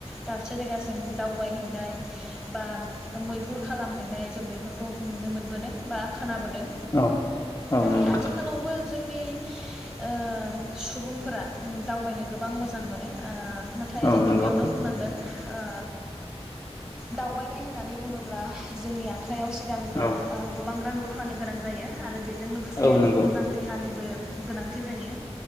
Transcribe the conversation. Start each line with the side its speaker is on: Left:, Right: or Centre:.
Centre: दाबसे जायगासिम दावबाय हैनाय बा मैहुर खालामहैनाय जों बेफोरखौ नुनो मोनबोदों बा खोनाबो दों
Left: औ औ
Centre: नाथाय
Left: नंगौ
Centre: आथिखालावबो जोंनि ओ सुबुंफोरा उम दावबायनो गोबां मोजां मोनो ओ नाथाय
Left: औ
Centre: जों गिबियावनो
Left: नंगौ
Centre: बुंनांगोन ओ दावबायनाय होननानै बुङोब्ला जोंनिया आखायाव सिगांग्रो
Left: औ
Centre: ओ गोबां रां रुफ फा नि गोनां जायो आरो बे जों लोगोसे
Left: औ नंगौ
Centre: मोजां देहानिबो गोनांथि जायो।